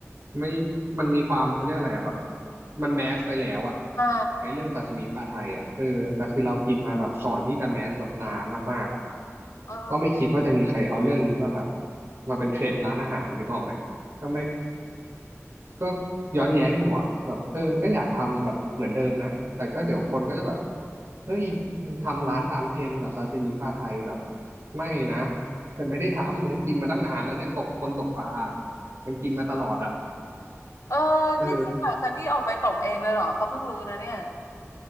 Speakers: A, on the right; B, on the left.
A: ไม่มันมีความเขาเรียกอะไรอ่ะแบบมันแมสไปแล้วอ่ะ
B: อ่า
A: ไอ้เรื่องซาซิมิปลาไทยอ่ะเออแต่คือเรากินมาแบบก่อนที่จะแมสแบบนานมากๆอ่ะ
B: เออ
A: ก็ไม่คิดว่าจะมีใครเอาเรื่องนี้มาแบบมาเป็นเทรนด์ร้านอาหารนึกออกไหมก็ไม่ ก็ย้อนแย้งอยู่อ่ะแบบเออก็อยากทำแบบเหมือนเดิมนะแต่ก็เดี๋ยวคนก็จะแบบเฮ้ยมันทำร้านตามเทรนด์แบบซาซิมิปลาไทยแบบไม่นะฉันไม่ได้ทำฉันกินมาตั้งนานแล้วเนี่ยตกคนตกปลามันกินมาตลอดอ่ะ
B: เออ
A: เออ
B: ที่จริงแบบซันนี่ออกไปตกเองเลยเหรอเขาเพิ่งรู้นะเนี่ย